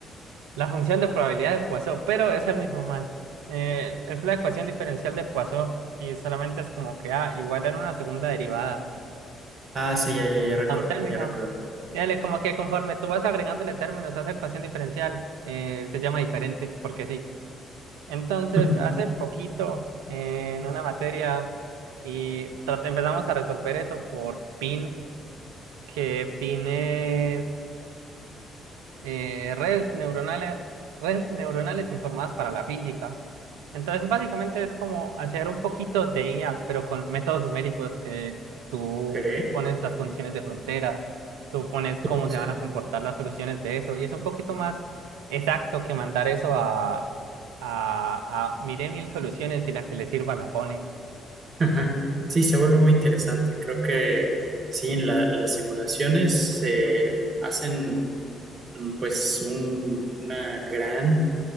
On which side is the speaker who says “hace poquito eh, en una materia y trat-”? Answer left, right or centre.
Right